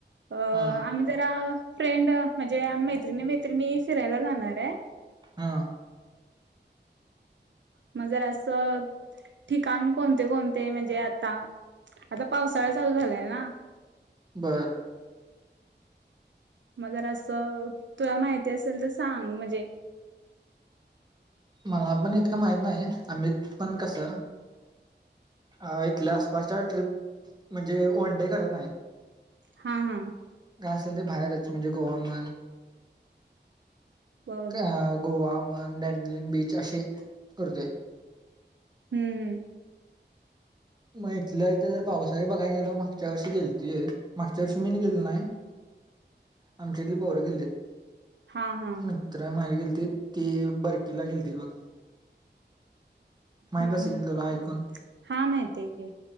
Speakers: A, on the right; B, on the right.
A: अ
B: हा
A: आम्ही जरा फ्रेंड म्हणजे मैत्रिणी मैत्रिणी फिरायला जाणार आहे
B: हो
A: म्हणजे अस ठिकाण कोणते कोणते म्हणजे आता आता पाऊस पाऊसळा चालू झालंय ना
B: बरं
A: मग जरअसं तुला माहिती असेल तर सांग म्हणजे
B: मला पण इतकं माहित नाही अमित पण कस अ इथल्या आसपासच्या ट्रिप म्हणजे वन डे करत नाही
A: हो हो
B: काय असल ते बाहेरच म्हणजे गोवा म्हण
A: बरोबर
B: का गोवा <unintelligible> वन बॅन लिंग बीच असे करतोय
A: हम हम
B: मग इथल्या इथे पावसाळे बघताय काय गेलो ते मागच्या वर्षी गेलतीय मागचा वर्षी मी गेलो नाही आमच्या इथले पोरं गेले होते
A: हां हां
B: मित्र माझे गेले ते ती बरकीेला खेळतीय बघ माहिंदा
A: हम्म
B: सिडल
A: हम्म
B: तोला ऐकून
A: हां माहिती आहे की